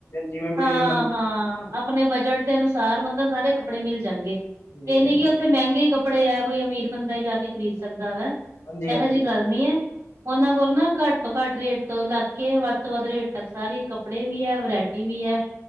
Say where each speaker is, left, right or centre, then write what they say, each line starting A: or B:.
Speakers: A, on the left; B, on the right.
A: ਜਿਵੇਂ ਮੀਡੀਅਮ
B: ਹਾਂ
A: ਬੰ
B: ਹਾਂ, ਅਪਣੇ ਬਜਟ ਦੇ ਅਨੁਸਾਰ ਮਤਲਬ ਸਾਰੇ ਕੱਪੜੇ ਮਿਲ ਜਾਣਗੇ,
A: ਠੀਕ
B: ਇਹ ਨੀ
A: ਹੈ
B: ਕਿ
A: ਜੀ
B: ਉੱਥੇ ਮਹਿੰਗੇ ਈ ਕੱਪ ਕੱਪੜੇ ਐ ਹੋ ਈ ਅਮੀਰ ਬੰਦਾ ਹੀ ਜਾਕੇ ਖ਼ਰੀਦ ਸਕਦਾ ਵਾ,
A: ਹਾਂਜੀ ਹਾਂਜੀ
B: ਇਹੋ ਜਿਹੀ
A: ਹਾਂਜੀ
B: ਗੱਲ ਨੀ ਏ। ਉਹਨਾਂ ਕੋਲ਼ ਨਾ ਘੱਟ ਤੋਂ ਘੱਟ ਰੇਟ ਤੋਂ ਲੱਗਕੇ ਵੱਧ ਤੋਂ ਵੱਧ ਰੇਟ ਤੱਕ ਸਾਰੇ ਕੱਪੜੇ ਵੀ ਐ, ਵਰੈਈ ਟੀਵੀ ਏ,